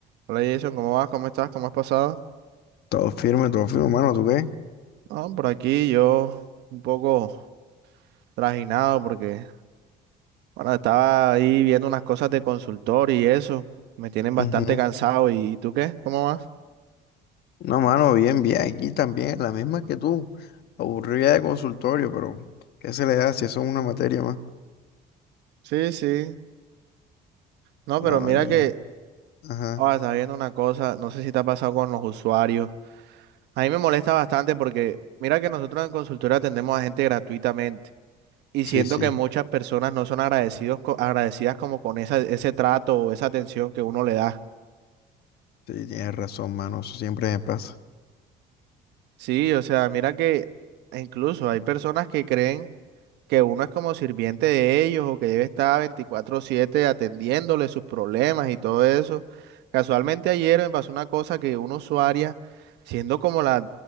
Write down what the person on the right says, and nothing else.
Hola Jason, ¿cómo vas? ¿Cómo estás? ¿Cómo has pasado?
No, por aquí yo un poco trajinado porque, bueno, estaba ahí viendo unas cosas de consultor y eso. Me tienen bastante
cansado. ¿Y, y tú qué? ¿Cómo vas?
Sí, sí. No,
pero mira
que,
ah, estaba viendo una cosa, no sé si te ha pasado con los usuarios. A mí me molesta bastante porque, mira que nosotros en consultoría atendemos a gente gratuitamente. Y
siento
que muchas personas no son agradecidos, co- agradecidas como con esa, ese trato o esa atención que uno le da.
Sí, o sea, mira que incluso hay personas que creen que uno es como sirviente de ellos o que debe estar veinticuatro siete atendiéndole sus problemas y todo eso. Casualmente ayer me pasó una cosa que una usuaria, siendo como las